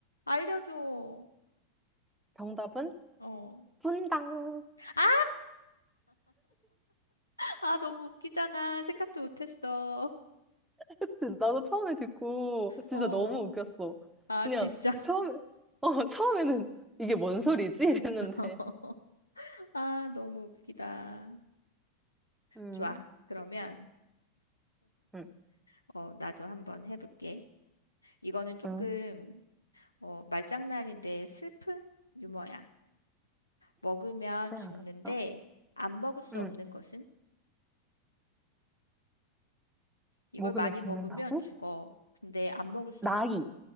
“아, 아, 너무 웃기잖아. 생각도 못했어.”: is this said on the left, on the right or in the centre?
Left